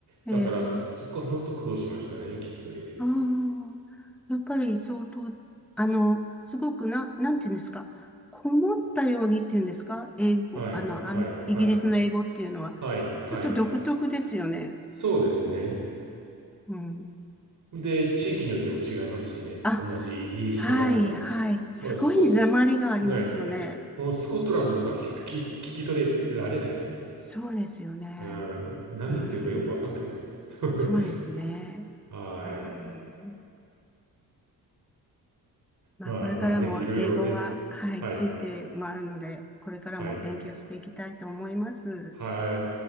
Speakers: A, in the centre; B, on the right.
A: ええ
B: だから、そこは本当苦労しましたね、聞き取りで。
A: ああ、やっぱり相当、あの、すごくな、なんていうんですか、こもったようにっていうんですか、英語、
B: はい、
A: あの、
B: はい、
A: アメイギリスの英語っていうのは、
B: はい、はい、はい。
A: ちょっと独特ですよね。
B: そうですね。
A: うん。
B: で、地域によっても違いますしね。
A: あ、
B: 同じイギリスの中でも。
A: はい、はい。すごい訛りがありますよね。
B: まあ、スコッぐらい、もうスコットランドとか聞く、聞き聞き取れられないですね。
A: そうですよね。
B: うん、何言ってるかよくわかんないですよ。
A: うん。
B: <laughs>
A: そうですね。
B: はい。
A: うん。まあ、
B: まあまあね、
A: これからも英語は、
B: いろいろね。
A: はい、
B: はい。
A: ついて回るので、これからも勉強していきたいと思います。
B: はい。はい。